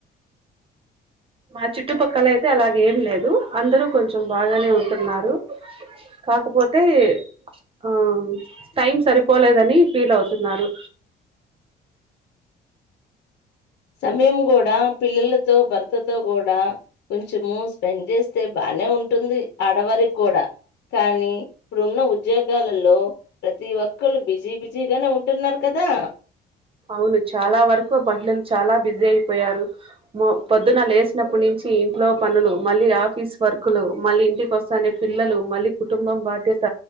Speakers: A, on the right (about 30°); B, on the left (about 70°).
A: మా చుట్టుపక్కల అయితే అలాగ ఏం లేదు అందరూ కొంచెం బాగానే ఉంటున్నారు కాకపోతే ఆ టైం సరిపోలేదని ఫీల్ అవుతున్నారు
B: సమయము కూడా పిల్లలతో భర్తతో కూడా కొంచెము స్పెండ్ చేస్తే బానే ఉంటుంది ఆడవారికి కూడా కానీ ఇప్పుడున్న ఉద్యోగాలలో ప్రతి ఒక్కళ్ళూ బిజీ బిజీగానే ఉంటున్నారు కదా
A: అవును చాలా వరకు మహిళలు చాలా బిజీ అయిపోయారు మ పొద్దున లేసినప్పుటి నుంచి ఇంట్లో పనులు మళ్ళీ ఆఫీస్ వర్కులు మళ్ళీ ఇంటికి వస్తానే పిల్లలు మళ్ళీ కుటుంబం బాధ్యత